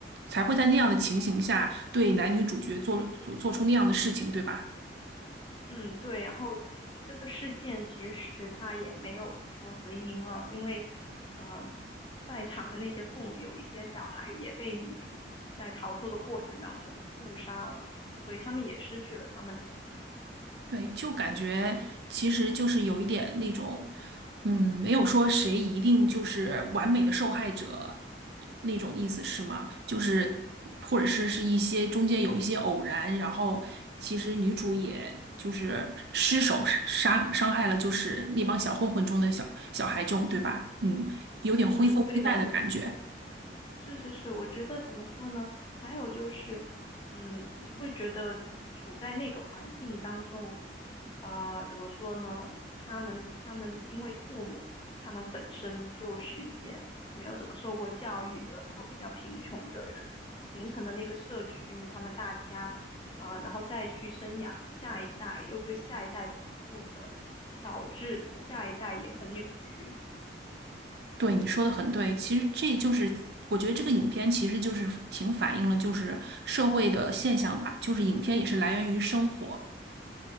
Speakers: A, on the right; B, on the left.
A: 才会在那样的情形下对男女主角做做做出那样的事情，对吧？
B: 嗯，对，然后这个事件其实他也没有说谁赢了，因为，呃，在场的那些父母有一些小孩也被女主在逃脱的过程当中误杀了，所以他们也失去了他们的小孩。
A: 对，就感觉其实就是有一点那种，嗯，没有说谁一定就是完美的受害者那种意思是吗？就是或者是是一些中间有一些偶然，然后其实女主也就是失手是杀伤害了就是那帮小混混中的小小孩这种，
B: 嗯
A: 对吧？嗯，有点灰色地带的感觉。
B: 嗯，对的，我是是是，我觉得怎么说呢？还有就是，嗯，你会觉得处在那个环境当中，呃，怎么说呢？他们他们因为父母他们本身就是一些没有怎么受过教育的，然后比较贫穷的人形成的那个社区，他们大家，呃，然后再去生养下一代，又对下一代的不负责，导致下一代也很扭曲。
A: 对，你说的很对，其实这就是我觉得这个影片其实就是挺反映了就是社会的现象吧，就是影片也是来源于生活。